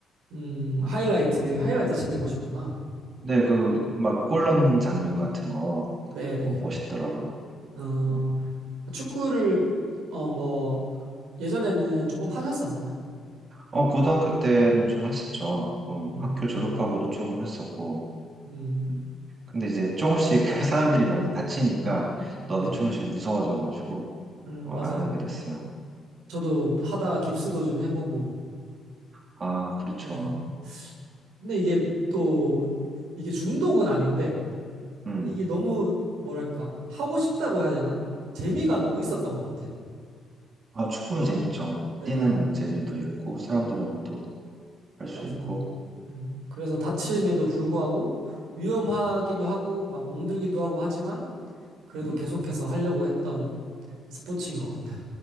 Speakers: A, on the right; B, on the right.
A: 음,
B: 어,
A: 하이라이트, 하이라이트 챙겨보셨구나.
B: 네, 그, 막 골 넣는 장면 같은 거
A: 네네.
B: 어, 멋있더라고요.
A: 어,
B: 네.
A: 축구를, 어, 뭐, 예전에는 조금 하셨었나요?
B: 어, 고등학교 때는 좀 했었죠. 어,
A: 음,
B: 학교 졸업하고도 조금 했었고.
A: 음,
B: 음. 근데 이제 조금씩 <laughs> 사람들이 많이 다치니까 나도
A: 네,
B: 조금씩 무서워져가지고
A: 음,
B: 어,
A: 맞아요.
B: 안 하게 됐어요.
A: 저도 하다가 깁스도 좀 해보고,
B: 아, 그렇죠.
A: 네. 근데 이게 또, 이게 중독은 아닌데,
B: 음.
A: 이게 너무 뭐랄까 하고 싶다고 해야 되나? 재미가 너무 있었던 것 같아요.
B: 아, 축구도 재밌죠.
A: 네,
B: 뛰는 재미도 있고 사람들하고도
A: 음,
B: 할 수
A: 맞아요.
B: 있고.
A: 음, 그래서 다침에도
B: 음,
A: 불구하고 위험하기도 하고 막 멍들기도 하고 하지만 그래도
B: 음,
A: 계속해서 하려고 했던 스포츠인 것 같아요.